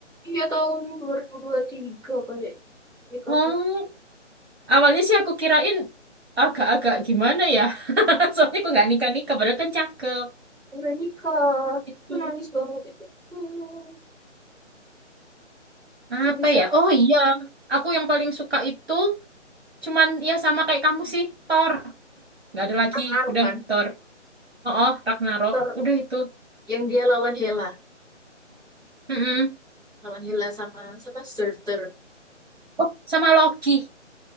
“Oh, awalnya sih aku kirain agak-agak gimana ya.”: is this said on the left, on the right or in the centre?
Right